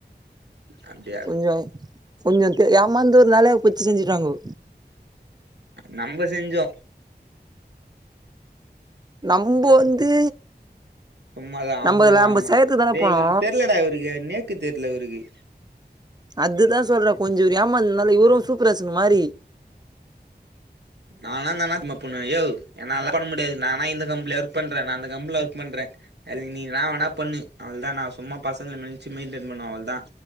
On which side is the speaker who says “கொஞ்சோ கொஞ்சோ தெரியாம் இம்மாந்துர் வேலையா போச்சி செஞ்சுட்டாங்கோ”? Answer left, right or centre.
Right